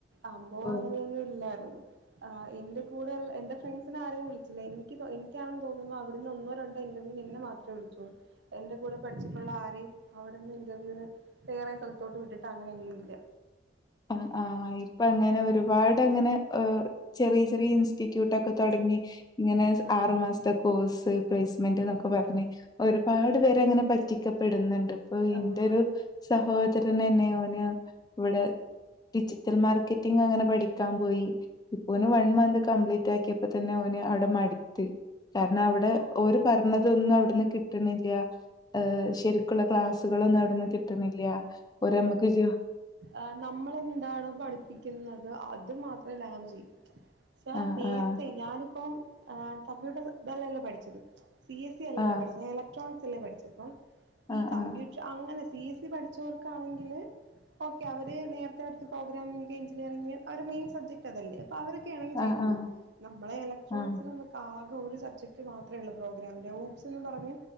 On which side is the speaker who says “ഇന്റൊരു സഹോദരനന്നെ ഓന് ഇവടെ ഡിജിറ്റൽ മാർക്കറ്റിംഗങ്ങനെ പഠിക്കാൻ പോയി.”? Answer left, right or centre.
Left